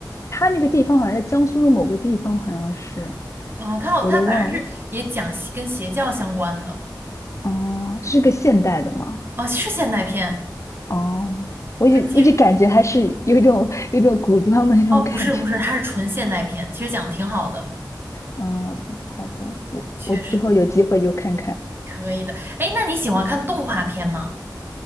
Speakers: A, on the left (about 40°); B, on the right (about 30°).
A: 他那个地方好像在江苏的某个地方，好像是，
B: 哦，他好，
A: 我都忘了。
B: 他反正是也讲邪跟邪教相关的，
A: 哦，是个现代的吗？
B: 哦，是现代片，
A: 哦，我一直一直感觉它是有一种有一种古装的那种感觉。
B: 对，其实哦不是不是，它是纯现代片，其实讲的挺好的，
A: 嗯，好的，我我之后有机会就看看。
B: 确实可以的。哎，那你喜欢看动画片吗？